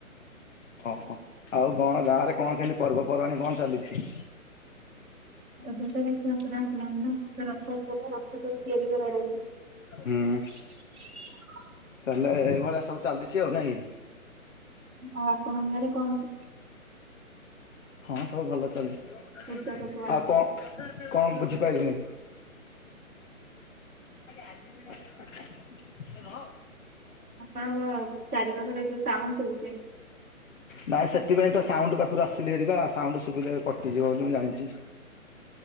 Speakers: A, on the left; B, on the right.
A: ଓହୋ ଆଉ କଣ ଗାଁ ରେ କଣ କେମିତି ପର୍ବପର୍ବାଣୀ କଣ ଚାଲିଛି?
B: ଏବେ ତ ରଥଯାତ୍ରା। <unintelligible> ତିଆରି କରାଯାଇଥାଏ।
A: ହୁଁ ତାହେଲେ ଏଇଭଳିଆ ସବୁ ଚାଲିଛି ଆଉ ନାଇଁ।
B: ଆଉ ଆପଣଙ୍କ ଘରେ କଣ ଅଛି?
A: ହଁ ସବୁ ଭଲ ଚାଲିଛି,
B: ପୂଜା ପର୍ବ ପାଳନ
A: ଆଉ କଣ
B: କରା
A: କଣ ବୁଝି ପାଇଲିନି? ଆଜି <unintelligible> ରହ।
B: ଆପଣଙ୍କ ଚାରିପଖରେ ଯୋଉ ସାଉଣ୍ଡ ସଭୁଛି।
A: ନାଇଁ ସେଥିପାଇଁ ତ ସାଉଣ୍ଡ ପାଖରୁ ଆସିଲି ହେରିବା ସାଉଣ୍ଡ ସବୁ କଟିଯିବ ବୋଲି ମୁଁ ଜାଣିଛି।